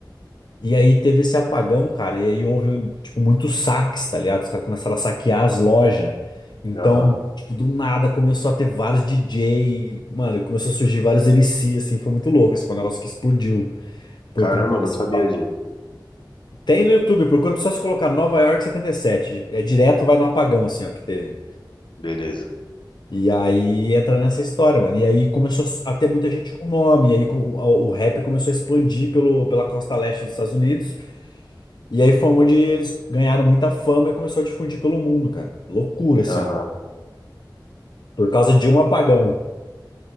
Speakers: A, on the left; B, on the left.
A: E aí teve esse apagão, cara, e aí houve, tipo, muitos saques, tá ligado? Os caras começaram a saquear as lojas. Então,
B: Aham.
A: tipo, do nada começou a ter vários DJ, mano, começou a surgir vários MC, assim, foi muito louco, assim, foi um negócio que explodiu por
B: Caramba,
A: conta desse
B: eu não sabia
A: apagão.
B: disso.
A: Tem no YouTube, procura só se colocar Nova York 77. é direto, vai no apagão, assim, ó, que teve.
B: Beleza.
A: E aí entra nessa história, mano. E aí começou a ter muita gente com nome, e aí co- o, o rap começou a expandir pelo, pela costa leste dos Estados Unidos. E aí foi onde eles ganharam muita fama e começou a difundir pelo mundo, cara. Loucura, assim,
B: Aham.
A: ó. Por causa de um apagão,